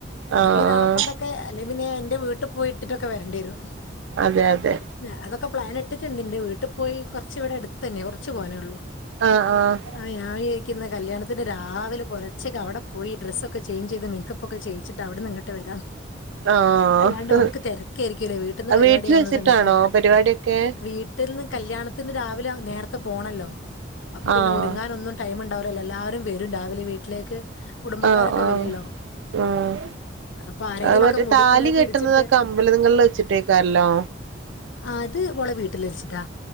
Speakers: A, on the left (about 85°); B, on the right (about 80°).
A: അല്ലെങ്കിൽളെ
B: ആഹ്
A: കൊണ്ട്. അല്ലെ പിന്നെ എന്റെ വീട്ടിൽ പോയിട്ടിട്ടൊക്കെ വരണ്ടി വരും.
B: അതെ അതെ.
A: ഞാ അതൊക്കെ പ്ലാൻക്കെട്ടിട്ടുണ്ട്. ന്റെ വീട്ടിൽ പോയി കുറച്ച് ഇവിടെ എടുത്തു തന്നെ കുറച്ച് പോനോളു.
B: ആഹ് ആഹ്.
A: ആ ഞാ വിചഴിക്കുന്ന കല്യാണത്തിന്റെ രാവിലെ പുലർച്ചേക്ക് അവിടെ പോയി ഡ്രസ്സൊക്കെ ചേഞ്ച് ചെയ്ത് മേക്കപ്പ് പ്പൊക്കെ ചെയ്യിച്ചിട്ട് അവിടെ നിന്ന് ഇങ്ങട്ട് വരാം.
B: ആഹ്
A: അല്ലാണ്ട
B: ആഹ്
A: നമുക്ക് തിരക്കേരിക്കുംല്ലേ വീട്ടിൽന്ന് പരിപാടി
B: വീട്ടിൽ
A: ആവുന്ന
B: വെച്ചിട്ടാണോ
A: സമയത്ത്
B: പരിപാടിയൊക്കെ
A: വീ ട്ടീന്ന് കല്യാണത്തിന് രാവിലെ നേരത്തെ പോണല്ലോ അപ്പൊ പിന്നെ
B: ആഹ്
A: ഒരുങ്ങനൊന്നും ടൈം ഉണ്ടാവുല്ലല്ലോ എല്ലാരും വരും രാവിലെ വീട്ടിലേക്ക് കുടുംബക്കാരൊക്കെ
B: ആഹ് ആഹ്
A: വരുല്ലോ.
B: ആഹ്
A: അപ്പൊ ആരെങ്കിലൊക്കെ
B: അത് മറ്റേ
A: മുടിക്കെന്ന്
B: താലി കെട്ടുന്നതൊക്കെ
A: പിടിച്ചിട്ട്
B: അമ്പലങ്ങളിൽ വെച്ചിട്ടേക്കാരല്ലോ
A: ആ അത് ഓളെ വീട്ടിൽ വച്ചിട്ടാ